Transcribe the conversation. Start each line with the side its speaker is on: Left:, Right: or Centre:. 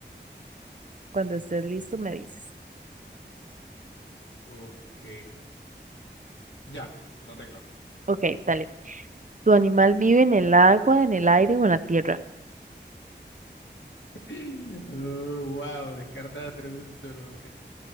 Right: Cuando estés listo, me dices.
Left: ok. Ya, no tengo.
Right: Ok, dale. ¿Tu animal vive en el agua, en el aire o en la tierra?
Left: <laughs> wow, descarta tres en solo.